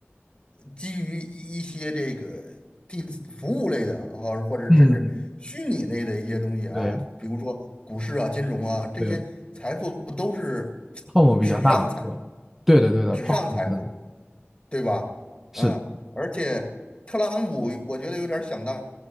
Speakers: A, on the left; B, in the centre.
A: 基于一些这个第服务类的啊，或者甚至虚拟类的一些东西啊，
B: 嗯，对
A: 比如说股市啊、金融啊，这些财富都是
B: 对，泡沫比较大，
A: 纸上财，
B: 是吧？对的对的，
A: 纸上财富。
B: 泡沫比较大
A: 对吧？
B: 是的，
A: 嗯，而且特朗普我觉得有点儿想当